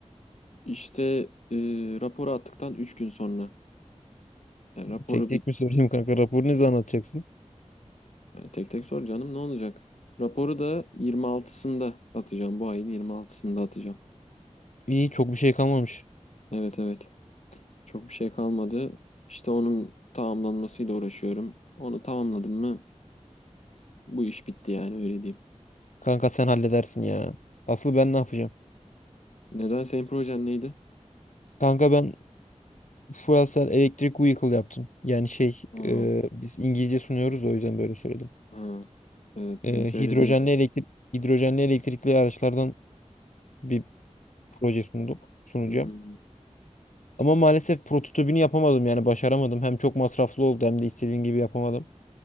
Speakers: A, on the left; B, on the left.
A: İşte e, raporu attıktan 3 gün sonra. Yani raporu
B: Tek tek
A: bir
B: mi sorayım kanka? Raporu ne zaman atacaksın?
A: yani tek tek sor canım ne olacak? Raporu da 26'sında atacağım. Bu ayın 26'sında atacağım.
B: İyi çok bir şey kalmamış.
A: Evet evet. Çok bir şey kalmadı. İşte onun tamamlanmasıyla uğraşıyorum. Onu tamamladım mı bu iş bitti yani öyle diyeyim.
B: Kanka sen halledersin ya. Asıl ben ne yapacağım?
A: Neden senin projen neydi?
B: Kanka ben fuel cell electric vehicle yaptım. Yani şey
A: Aa.
B: e, biz İngilizce sunuyoruz da o yüzden böyle söyledim.
A: Ha, evet bizimki
B: E,
A: öyle
B: hidrojenli
A: değil.
B: elektrik hidrojenli elektrikli araçlardan bir proje sunduk sunacağım.
A: Hmm.
B: Ama maalesef prototipini yapamadım yani başaramadım. Hem çok masraflı oldu hem de istediğim gibi yapamadım.